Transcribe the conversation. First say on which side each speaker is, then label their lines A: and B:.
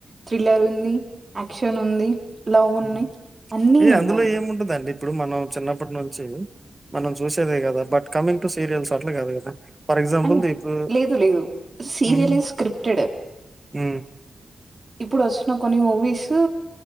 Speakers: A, on the right; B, on the right.
A: థ్రిల్లర్ ఉంది యాక్షన్ ఉంది లవ్ ఉన్నాయ్
B: ఉమ్.
A: అన్ని
B: ఏ
A: ఉన్నాయ్
B: అందులో ఏముంటదండి ఇప్పుడు మనం చిన్నప్పటి నుంచి మనం చూసేదే కదా బట్ కమింగ్ టు సీరియల్స్ అట్లా కాదు కదా ఫార్ ఎక్జాంపుల్
A: అండ్
B: దీపు
A: లేదు. లేదు. సీరియల్
B: హ్మ్
A: ఈజ్ స్క్రిప్టెడ్.
B: ఉ
A: ఇప్పుడు వస్తున్న కొన్ని మూవీసు